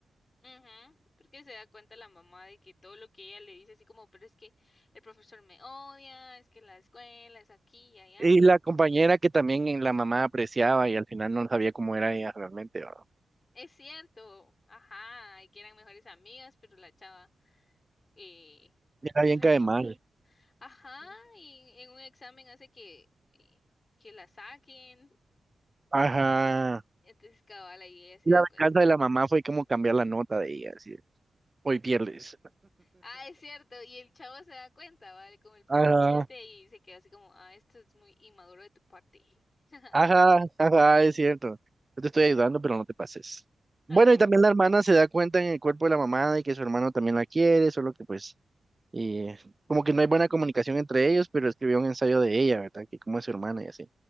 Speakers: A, on the left; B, on the right.
A: Ujú, porque se da cuenta la mamá de que todo lo que ella le dice, así como, pero es que el profesor me odia, es que la escuela es aquí y allá.
B: Y la compañera que también en la mamá apreciaba y al final no sabía cómo era ella realmente, ¿verdad?
A: Es cierto, ajá, y que eran mejores amigas, pero la chava. eh,
B: Era
A: saber
B: bien cae
A: qué
B: mal.
A: onda. Ajá, y en un examen hace que, eh, que la saquen.
B: Ajá.
A: Entonces cabal ahí ella se
B: Y la
A: da cuenta.
B: venganza de la mamá fue como cambiar la nota de ella, así, de, hoy pierdes.
A: Ah, es cierto, y el chavo se da cuenta, ¿vale? Con el pretendiente
B: Ajá,
A: y se quedó así como, ah, esto es muy inmaduro de tu parte. <laughs>
B: ajá, ajá, es cierto. Yo te estoy ayudando, pero no te pases. Bueno,
A: Ajá.
B: y también la hermana se da cuenta en el cuerpo de la mamá de que su hermano también la quiere, solo que pues, eh, como que no hay buena comunicación entre ellos, pero escribió un ensayo de ella, ¿verdad? Que cómo es su hermana y así.